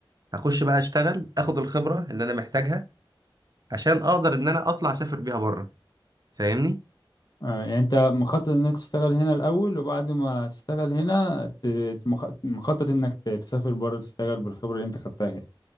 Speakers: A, on the right; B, on the left.
A: هخش بقى اشتغل اخد الخبره اللي انا محتاجها عشان اقدر ان انا اطلع اسافر بيها بره فاهمني
B: آه، يعني انت مخطط انك تشتغل هنا الاول وبعد ما تشتغل هنا ت- مخ- مخطط انك ت- تسافر بره تشتغل بالخبره اللي انت خدتها